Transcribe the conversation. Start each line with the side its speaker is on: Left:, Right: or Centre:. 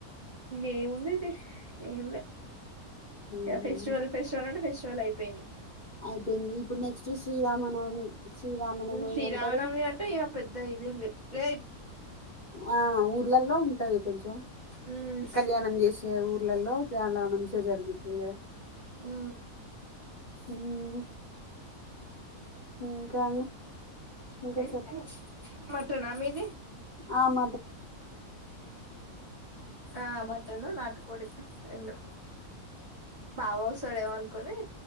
Right: ఏ ఉందిది ఏ ఉంది
Left: ఉమ్,
Right: ఫస్వల్ ఫస్వ ఫ చల్ అయిపోయింది
Left: అయిపోయింది ఇప్పుడు నెక్స్ట్ శ్రీరామనవమి శ్రీరామనవమి
Right: శ్రీరామనవమి
Left: అంటారు
Right: అంటే ఇ పెద్ద ఇదేం లేదు లే
Left: ఆ ఊర్లలో ఉంటది కొంచెం
Right: ఉమ్
Left: కళ్యాణం చేసే ఊర్లలో అతే చాలా మంచిగా జరుగుతుంది కదా
Right: ఉ
Left: ఉమ్, ఇంకా అండి ఇంకా
Right: అ మ నా మీ ఇది
Left: ఆమ
Right: ఆ మటన్ నాటుకోడి ఎలా బావో సడేవంత కొని